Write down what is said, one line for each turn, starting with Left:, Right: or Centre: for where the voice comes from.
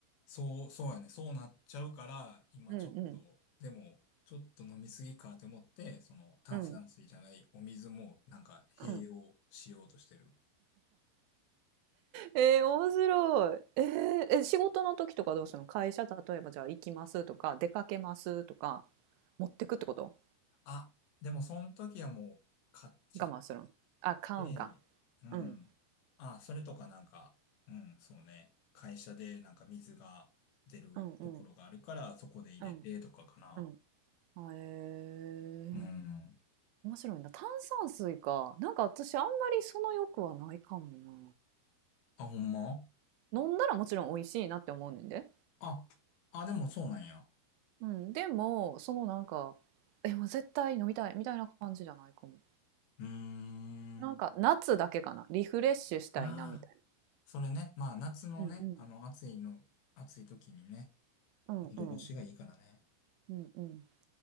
Left: そう、そうやね。そうなっちゃうから、今ちょっと、
Right: うんうん
Left: でも、ちょっと飲みすぎかって思って、その炭酸水じゃないお水もなんか併用しようとしてる。
Right: うん。うん、えー、面白い。えー、え、仕事の時とかどうするの会社、例えばじゃあ行きますとか、出かけますとか、持ってくってこと
Left: あ、でもその時はもう買っちゃっ
Right: 我慢するのあ、買うんか。
Left: て、うん。
Right: うん。
Left: あ、それとかなんか、うん、そうね。会社でなんか水が出るところがあるから、
Right: うんうん。
Left: そこで入れてとかかな。
Right: うんうん。へえ。
Left: うん。
Right: 面白いな。炭酸水か。なんか私あんまりその欲はないかもな。
Left: あ、ほんま
Right: 飲んだらもちろん美味しいなって思うねんで。
Left: あ、あ、でもそうなんや。
Right: うん。でも、そのなんか、え、もう絶対飲みたいみたいな感じじゃないかも。
Left: うーん。
Right: なんか夏だけかな。
Left: あ
Right: リフレッシュしたいなみたい
Left: あ。それね、まあ夏のね、
Right: うんうん
Left: あの暑いの、暑い時にね、
Right: な。うんうん。
Left: 喉越しがいいからね。
Right: うんうん。